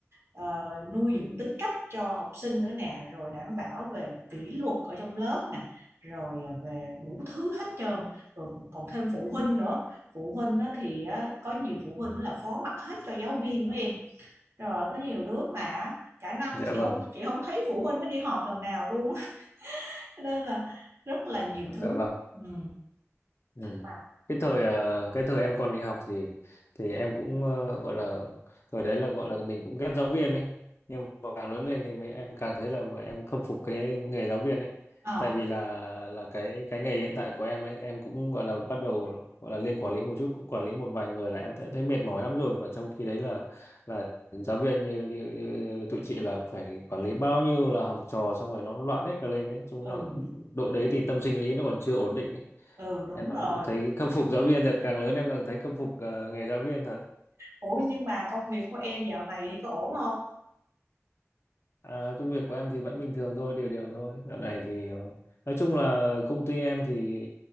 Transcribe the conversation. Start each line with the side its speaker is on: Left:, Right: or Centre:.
Right: ờ, nuôi dưỡng tính cách cho học sinh nữa nè rồi đảm bảo về kỷ luật ở trong lớp nè rồi à, về đủ thứ hết trơn rồi còn thêm phụ huynh nữa phụ huynh á thì á, có nhiều phụ huynh là phó mặc hết cho giáo viên nữa em rồi có nhiều đứa mà cả năm
Left: Dạ
Right: chị
Left: vâng.
Right: không chị không thấy phụ huynh nó đi họp lần nào luôn <laughs> Cho nên là rất là nhiều thứ
Left: Dạ vâng.
Right: ừ.
Left: Ừ.
Right: mà
Left: Cái thời ờ, cái thời em còn đi học thì thì em cũng ờ, gọi là thời đấy là gọi là mình cũng ghét giáo viên đấy nhưng mà càng lớn lên thì mình em càng thấy là mà em khâm phục cái nghề giáo viên đấy
Right: ờ
Left: tại vì là là cái cái nghề hiện tại của em ấy, em cũng gọi là bắt đầu gọi là lên quản lý một chút cũng quản lý một vài người là em thấy, thấy mệt mỏi lắm rồi và trong khi đấy là là giáo viên như, như, như tụi chị là phải quản lý bao nhiêu là học trò xong rồi nó loạn hết cả lên đấy chúng
Right: ừ
Left: nó đội đấy thì tâm sinh lý nó còn chưa ổn định ấy
Right: ừ đúng
Left: em
Right: rồi
Left: cũng thấy khâm phục giáo viên thật càng lớn em càng thấy khâm phục ờ, nghề giáo viên thật
Right: ủa nhưng mà công việc của em dạo này thì có ổn không
Left: à, công việc của em thì vẫn bình thường thôi đều đều thôi dạo này thì ờ, nói chung là công ty em thì